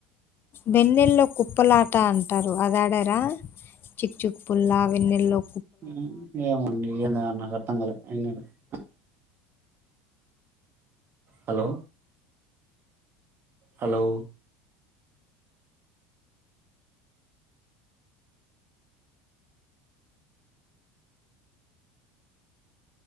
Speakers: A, on the left; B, on the right.
A: వెన్నెల్లో కుప్పలాట అంటారు అది ఆడరా చిచ్చుకు పుల్ల వెన్నెల్లు
B: ఉమ్ ఏమండి ఇగన నా అ అర్థంగల ఎ ఆహ్ హలో హలో